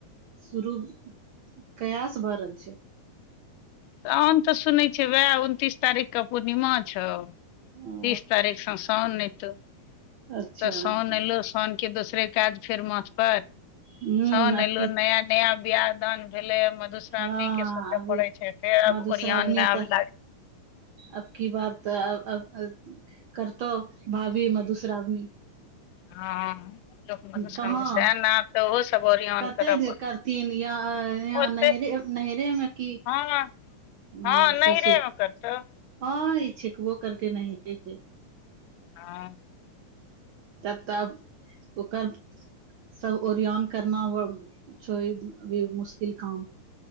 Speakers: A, on the right; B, on the left.
A: शुरू कहिया स भ रहल छै।
B: त हम तऽ सुनै छियै उएह उनतीस तारीखके पूर्णिमा छौव।
A: ओ
B: तीस तारीख स शाउन नै त।
A: अच्छा
B: तऽ साउन एलौ सौन के दोसरे काज फेर माथ पर
A: हूँ
B: सावन
A: अब
B: एलौ
A: की
B: नया। नया बिआह दान भेलै या मधुश्रावणीक
A: हँ
B: के सोचय
A: अब
B: पड़ै छै से आब
A: मधुश्रावणी
B: ओरियनमे आब
A: तऽ
B: लागी
A: अब की बात त अब अब अब अ करतौ भावी मधुश्रावनी।
B: हँ समस
A: कहाँ
B: न। <unintelligible> तऽ ओहो सब ओरियान
A: कते
B: करऽ
A: जे
B: पड़तै
A: करथिन य यहाँ
B: ओते
A: नहरे नहरे मे की
B: हँ।
A: अय,
B: हँ नहिरे
A: ससुर
B: मे करतो
A: हँ ई छेकबो करतै ई नहिरेके।
B: हँ
A: तब तब ओकर सब ओरियान। करना वर्ल छौ अभी मुश्किल काम।